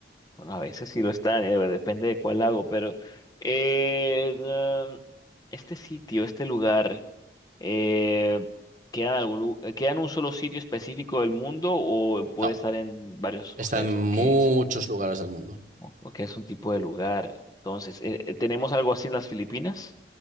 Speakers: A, on the left; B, on the right.
A: Bueno, a veces sí lo están, eh, depende de cuál hago, pero eh, mm, este sitio, este lugar, eh, ¿queda en algún, lu- eh, queda en un solo sitio específico del mundo o puede
B: No.
A: estar en varios, o
B: Está
A: sea,
B: en
A: es,
B: muchos
A: o qué es,
B: lugares del mundo.
A: o, o qué es un tipo de lugar? Entonces, eh, eh, ¿tenemos algo así en las Filipinas?